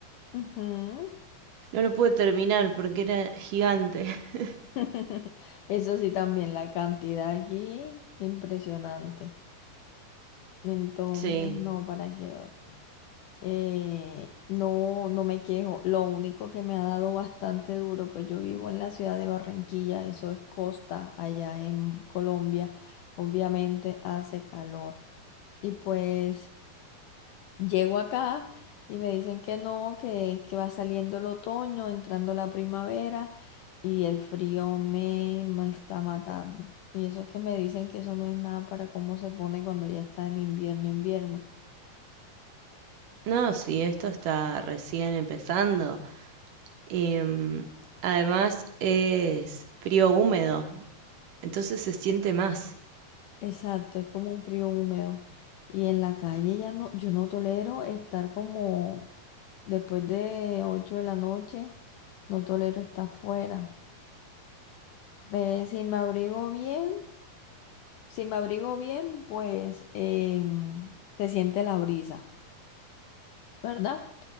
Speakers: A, on the left; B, on the right.
A: Ujú.
B: No lo pude terminar porque era gigante. <laughs>
A: <laughs> Eso sí también, la cantidad aquí impresionante. Entonces,
B: Sí.
A: no, ¿para qué? Eh, no, no me quejo. Lo único que me ha dado bastante duro, pues yo vivo en la ciudad de Barranquilla, eso es costa allá en Colombia. Obviamente hace calor. Y pues llego acá y me dicen que no, que, que va saliendo el otoño, entrando la primavera y el frío me, me está matando. Y eso que me dicen que eso no es nada para cómo se pone cuando ya está en invierno, invierno.
B: No, sí, esto está recién empezando. Em, además es frío húmedo, entonces se siente más.
A: Exacto, es como un frío húmedo. Y en la calle ya no, yo no tolero estar como después de 8 de la noche, no tolero estar afuera. Ve, si me abrigo bien, si me abrigo bien, pues em, se siente la brisa, ¿verdad?